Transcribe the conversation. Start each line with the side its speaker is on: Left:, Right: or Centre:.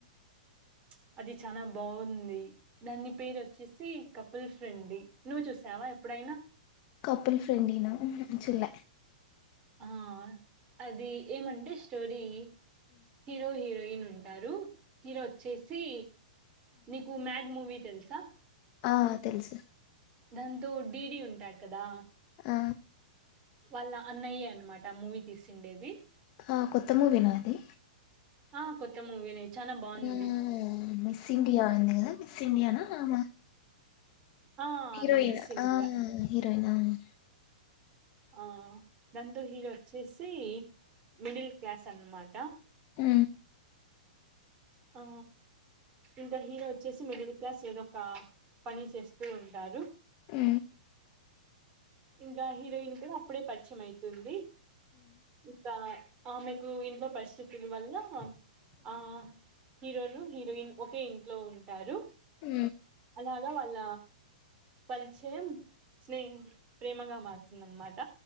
Right: ప్చ్ అది చాల బాగుంది దాని పేరు వచ్చేసి కపుల్ ఫ్రెండి నువ్వు చూసావా ఎప్పుడైనా
Left: కపల్ ఫ్రెండ్లి నా ఊహ్మ్ చుల్లె
Right: ఆ అది ఏమండిష్ స్టోరి హీరో హిరోన్ పెయిన్ ఉంటారు హీరో వచ్చేసి నీకు మ్యాడ్ మూవీ తెలుసా
Left: ఆ తెలుసు
Right: దాంతో డీడీ ఉంటాడు కదా
Left: ఆ
Right: వాళ్ళ అన్నయ్యే అనమాట మూవీ తీసిండేది
Left: ఆ కొత్త మూవి నా ఇది
Right: ఆ కొత్త మూవీనే చానా బాగుంది
Left: ఆ మిస్ ఇడియాది కదా సిమయానా ఆ నా
Right: ఆ
Left: హీరోయిన్
Right: ఆమె మిస్ ఇండియా
Left: ఆ హీరోయిన్ అవును
Right: ఆ నందు హీరో వచ్చేసి మిడిల్ క్లాస్ సన్మాటా
Left: ఆ
Right: ఆ ఇంకా హీరో వచ్చేసి మిడిల్ క్లాస్ ఏదో ఒక పని చేస్తూ ఉంటారు
Left: ఆ
Right: ఇంకా హీరోయిన్ క అప్పుడే పరిచయం అయితుంది ఇకా ఆమెకు ఇంట్లో పరిస్థితుల వల్ల ఆ హీరోలు హీరోయిన్ ఒకే ఇంట్లో ఉంటారు
Left: అ
Right: ఇలాగా వాళ్ళ పరిచయం స్నేహి మగా మార్తుంద అనమాట